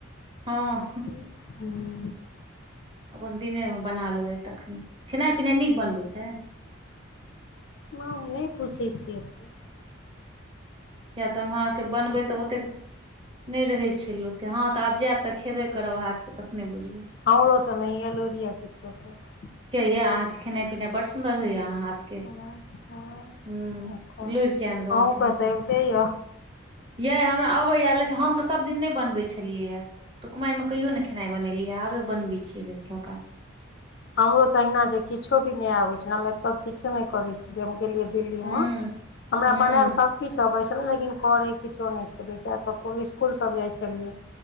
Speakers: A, on the right; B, on the left.
A: हँ
B: <inaudible>
A: अपन दिनेमे बना लेलैथ तखने खेनाइ पिनाइ नीक बनबै छैन
B: हम नय पूछै छियै की
A: किया तऽ आब अहाँ कऽ
B: पूछबै
A: बनबै तऽ ओतेक नय रहै छैय लोक केँ हँ तऽ आब जैव तऽ खेबे करब हाथ केँ तखनेय बुझबैय
B: हमरो तऽ नहिये लूइर यऽ किछो कऽ।
A: ठिके य अहाँके खेनाइ पिनाइ बड़सुंदर होइये अहाँक हाथ
B: अहूँके
A: केँ हुँ लूइर किया नय रहत अहाँकेँ
B: तैयो
A: ये हमरा अबै य लेकिन हम तऽ सबदिन नय बनबैय छलियै यऽ तऽ कुमाइरमे कहिओ नैय खेनाय बनेलियै आबे बनबै छियै केखनो काल
B: हमरो त अहिना छै किछो भी नय आबे छै हम एतऽ किछो नय करै छी हम जे गेलियै दिल्ली
A: हूँ
B: मऽ हमरा
A: हूँ
B: बनैल सब किछ अबेय छले लेकिन करै किछो नय छलै किया तऽ इसकुल सब जाय छलियै